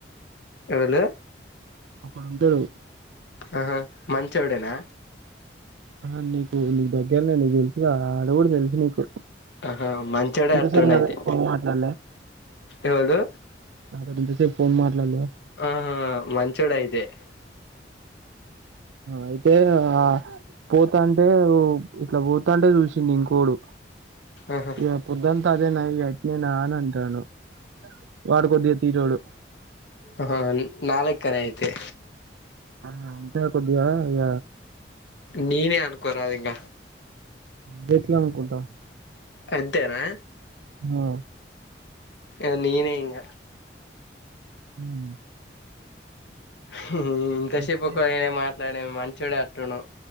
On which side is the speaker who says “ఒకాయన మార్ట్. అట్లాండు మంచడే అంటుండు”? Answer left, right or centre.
Left